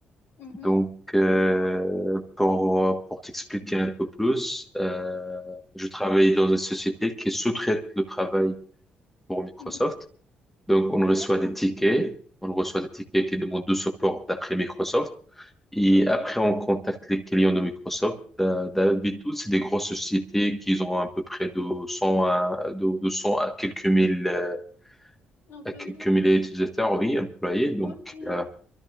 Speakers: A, on the left; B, in the centre.
A: Mhm,
B: Donc, euh, pour pour t'expliquer un peu plus, euh, je travaille dans une société qui sous-traite le travail pour Microsoft.
A: mhm.
B: Donc, on reçoit
A: D'accord,
B: des tickets. On reçoit des tickets
A: ouais.
B: qui demandent du support d'après Microsoft. Et
A: Ok,
B: après, on contacte les clients de Microsoft. D'ha- D'habitude, c'est des grosses sociétés qui ont à peu près de 100 à, de, de 100 à quelques mille, euh,
A: employé.
B: à quelques milliers d'utilisateurs, oui, employés. Donc,
A: Ok,
B: euh,